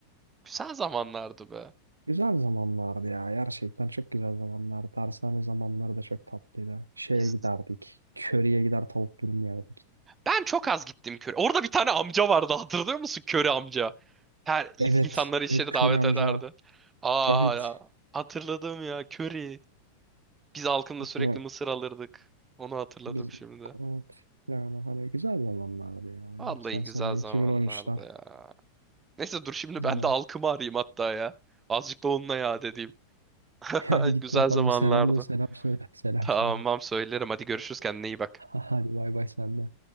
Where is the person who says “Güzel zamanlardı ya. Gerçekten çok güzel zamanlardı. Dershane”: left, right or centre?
Right